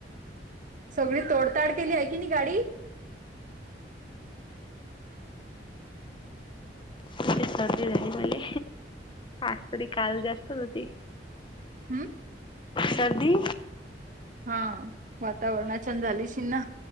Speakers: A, on the right; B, on the left.
A: सगळी तोडताड केली हाय की नाय गाडी
B: ते सर्दी झाली मले आज तरी काल जास्त होती.
A: हम्म
B: सर्दी
A: हा वातावरणा चेन झाली अशिल ना